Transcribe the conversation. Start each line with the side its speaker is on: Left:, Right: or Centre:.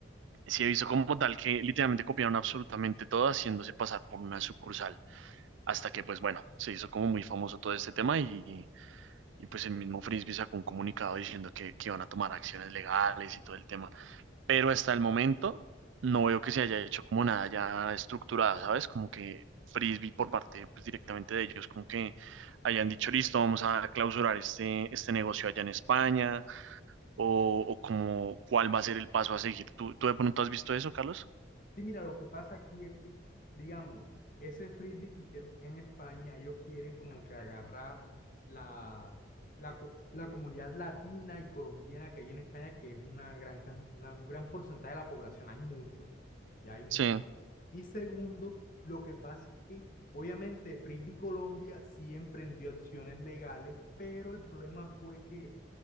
Right: sí he visto como tal que literalmente copiaron absolutamente todo, haciéndose pasar por una sucursal. Hasta que, pues bueno, se hizo como muy famoso todo este tema y y pues el mismo Frisbee sacó un comunicado diciendo que, que iban a tomar acciones legales y todo el tema. Pero hasta el momento no veo que se haya hecho como nada ya estructurado, ¿sabes? Como que Frisbee por parte pues, directamente de ellos, como que hayan dicho, listo, vamos a clausurar este, este negocio allá en España, o, o como cuál va a ser el paso a seguir. ¿Tú, tú de pronto has visto eso, Carlos?
Left: Sí, mira, lo que pasa aquí es que, digamos, ese frisbee que hicieron en España, ellos quieren como que agarrar la, la, co- la comunidad latina y colombiana que hay en España, que es una gran, can- una- un gran porcentaje de la población, hay muchos, ya hay muchos.
Right: Sí,
Left: Y segundo, lo que pasa es que, obviamente, Frisbee Colombia sí emprendió acciones legales, pero el problema fue que